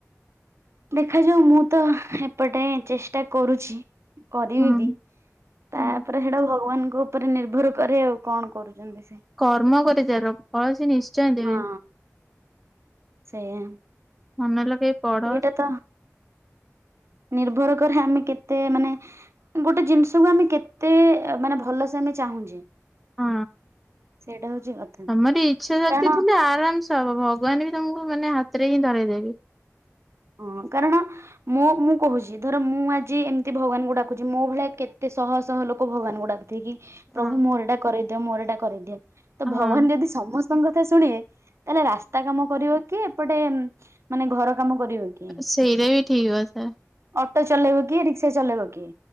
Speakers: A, on the right; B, in the centre.
A: ଦେଖାଯାଉ ମୁଁ ତ ଏପଟେ ଚେଷ୍ଟା କରୁଛି। କରିବି
B: ହଁ ହୁଁ
A: ବି ତାପରେ
B: ହୁଁ।
A: ସେଟା ଭଗବାନଙ୍କ ଉପରେ। ଉପରେ ନିର୍ଭର କରେ ଆଉ କଣ କରୁଛନ୍ତି ସେ।
B: କର୍ମ କରିଚାଲ ଫଳ ସେ ନିଶ୍ଚୟ ଦେବେ।
A: ହଁ ସେଇଆ।
B: ମନ ଲଗେଇ। ପଢ
A: ସେଇଟା ତ ନିର୍ଭର କରେ ଆମେ କେତେ ମାନେ। ଗୋଟେ ଜିନିଷକୁ ଆମେ କେତେ ମାନେ ଭଲସେ ଆମେ ଚାହୁଁଛେ।
B: ହଁ
A: ସେଇଟା ହଉଛି କଥା।
B: ତମରି ଇଚ୍ଛା ଶକ୍ତି
A: କାରଣ
B: ଥିଲେ ଆରାମ ସେ। ସବୁ ଭଗବାନ ବି ତମକୁ ମାନେ ହାତରେ ହିଁ ଧରେଇ ଦେବେ।
A: ହଁ କାରଣ‌। ମୋ ମୁଁ କହୁଛି ଧର ମୁଁ ଆଜି ଏମିତି ଭଗବାନ ଙ୍କୁ ଡାକୁଛି ମୋ ଭଳିଆ କେତେ ଶହ ଶହ ଲୋକ ଭଗବାନଙ୍କୁୁ ଡାକୁ ଛନ୍ତି କି
B: ହଁ।
A: ପ୍ରଭୁ ମୋର ଏଇଟା କରେଇ ଦିଅ ମୋର ଏଇଟା କରେଇଦିଅ ତ
B: ହଁ
A: ଭଗବାନ ଯଦି ସମସ୍ତେ। ଙ୍କ କଥା ଶୁଣିବେ ତାହେଲେ ରାସ୍ତା କାମ କରିବ କିଏ ଏପଟେ ମାନେ ଘର କାମ କରିବ। କିଏ?
B: ସେଇଟା ବି ଠିକ କଥା।
A: ଅଟୋ ଚଲେଇବ କିଏ ରିକ୍ସା ଚଲେଇବ କିଏ